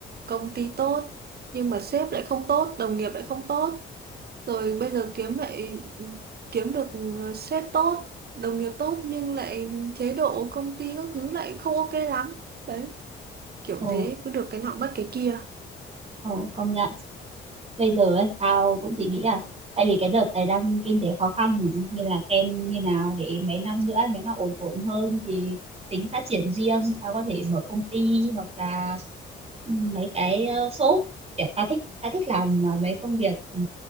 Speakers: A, on the right; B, on the right.
A: công ty tốt nhưng mà sếp lại không tốt đồng nghiệp lại không tốt rồi bây giờ kiếm lại kiếm được ờ, sếp tốt đồng nghiệp tốt nhưng lại chế độ công ty các thứ lại không ok lắm đấy kiểu
B: Ừ.
A: thế cứ được cái nọ mất cái kia
B: Ờ, công nhận bây giờ ấy tao cũng chỉ nghĩ là tại vì cái đợt này đang kinh tế khó khăn mà nên là xem như nào để mấy năm nữa nếu mà ổn ổn hơn thì tính phát triển riêng tao có thể mở công ty hoặc là ừ, mấy cái ờ, shop kiểu tao thích tao thích làm ờ, mấy công việc ừ,